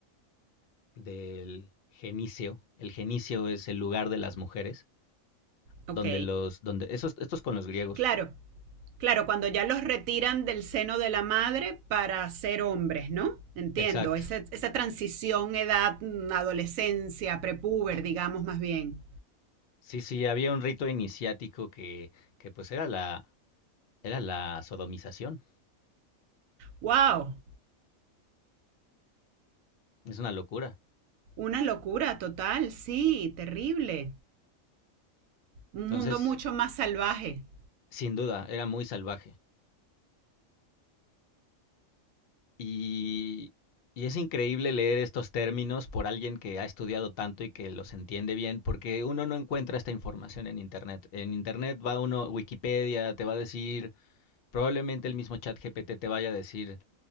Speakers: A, on the left; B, on the right.
A: del genicio. El genicio es el lugar de las mujeres,
B: ok.
A: donde los, donde, esos, estos con los griegos.
B: Claro, claro, cuando ya los retiran del seno de la madre para ser hombres, ¿no? Entiendo,
A: Exacto.
B: esa, esa transición, edad, mm, adolescencia, prepúber, digamos más bien.
A: Sí, sí, había un rito iniciático que, que pues era la, era la sodomización.
B: ¡Wow!
A: Es una locura.
B: Una locura total, sí, terrible. Un
A: Entonces,
B: mundo mucho más salvaje.
A: sin duda, era muy salvaje. Y, y es increíble leer estos términos por alguien que ha estudiado tanto y que los entiende bien, porque uno no encuentra esta información en Internet. En Internet va uno, Wikipedia te va a decir, probablemente el mismo chat GPT te vaya a decir,